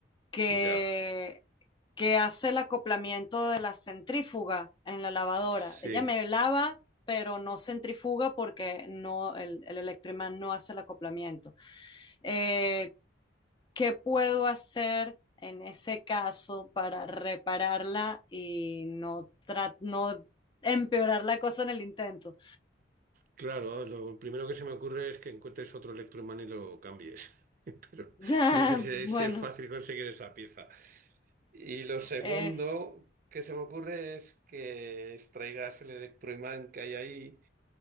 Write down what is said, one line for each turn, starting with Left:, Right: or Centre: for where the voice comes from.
Left: que,
Right: Ya,
Left: que hace el acoplamiento de la centrífuga en la lavadora.
Right: sí.
Left: Ella me lava, pero no centrifuga porque no, el, el electroimán no hace el acoplamiento. Eh, ¿Qué puedo hacer en ese caso para repararla y no, tra- no empeorar la cosa en el intento?
Right: Claro, lo primero que se me ocurre es que encuentres otro electroimán y lo cambies. <laughs> Pero
Left: <laughs> Ah,
Right: no sé si, si
Left: bueno,
Right: es fácil conseguir esa pieza. Y lo segundo
Left: eh,
Right: que se me ocurre es que extraigas el electroimán que hay ahí